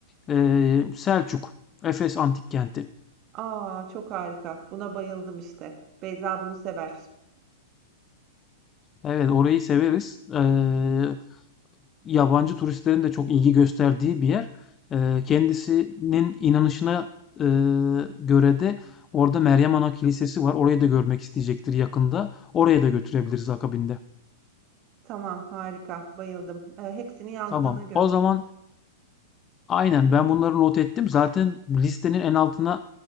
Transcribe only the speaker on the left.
eee Selçuk, Efes Antik Kenti.
Evet, orayı severiz. Ee, yabancı turistlerin de çok ilgi gösterdiği bir yer. Ee, kendisinin inanışına e, göre de orada Meryem Ana Kilisesi var. Orayı da görmek isteyecektir yakında. Oraya da götürebiliriz akabinde.
Tamam.
O zaman Aynen ben bunları not ettim. Zaten listenin en altına